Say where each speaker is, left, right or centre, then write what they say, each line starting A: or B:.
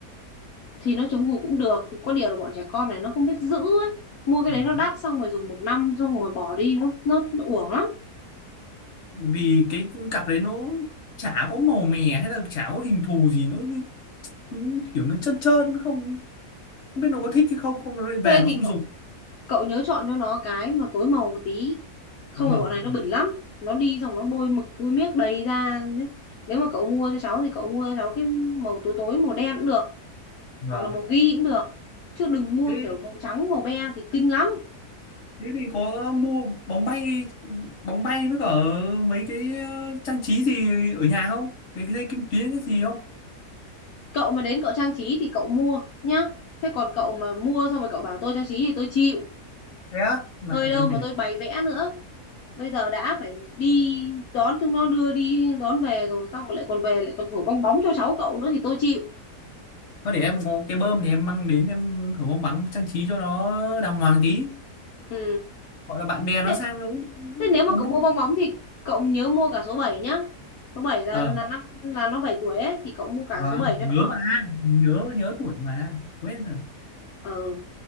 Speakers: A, on the left (about 70°); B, on the left (about 50°).
A: thì nó chống gù cũng được có điều là bọn trẻ con này nó không biết giữ ấy mua cái
B: Vâng.
A: đấy nó đắt xong rồi dùng một năm xong rồi bỏ đi nó nó, nó uổng lắm
B: vì cái cặp đấy nó chả có màu mè hay là chả có hình thù gì nó như- như kiểu nó trơn trơn không không biết nó có thích hay không không nó lại về
A: thế
B: nó
A: thì
B: không
A: cậu
B: dùng
A: cậu nhớ chọn cho nó cái mà tối màu một tí không
B: phối màu
A: phải bọn này nó bẩn lắm nó đi xong nó bôi mực bôi miếc đầy ra đấy. nếu mà cậu mua cho cháu thì cậu mua cho cháu cái màu tối tối màu đen cũng được
B: vâng
A: hoặc là màu ghi cũng được chứ đừng mua
B: thế
A: kiểu màu trắng màu be thì kinh lắm
B: thế thì có ờ, mua bóng bay bóng bay với cả mấy cái ờ, trang trí gì ở nhà không cái cái dây kim tuyến cái gì không
A: cậu mà đến cậu trang trí thì cậu mua nhá thế còn cậu mà mua xong rồi cậu bảo tôi trang trí thì tôi chịu
B: thế á lại
A: nơi
B: để
A: đâu
B: em
A: mà
B: phải
A: tôi bày vẽ nữa bây giờ đã phải đi đón chúng nó đưa đi đón về rồi xong rồi lại còn về lại còn thổi bong bóng cho cháu cậu nữa thì tôi chịu
B: thôi để em có cái bơm thì em mang đến em thử bóng bắn trang trí cho nó đàng hoàng tí
A: ừ
B: gọi là bạn bè nó
A: thế,
B: sang nó cũng-
A: thế nếu mà
B: có một
A: cậu mua bong bóng thì cậu nhớ mua cả số 7 nhá số 7 là
B: ờ
A: là năm là nó 7 tuổi ấy thì cậu mua cả
B: vâng
A: số 7 cho
B: nhớ
A: nó
B: mà nhớ nhớ tuổi mà quên rồi
A: ờ